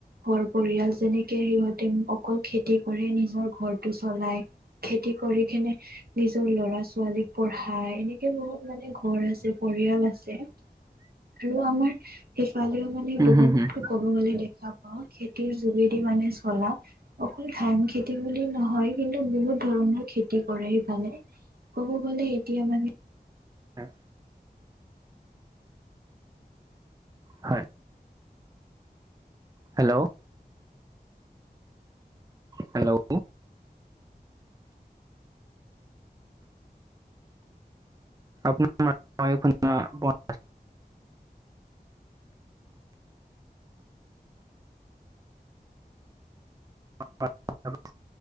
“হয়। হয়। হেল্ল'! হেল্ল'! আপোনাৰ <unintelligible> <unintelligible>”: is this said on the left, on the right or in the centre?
Right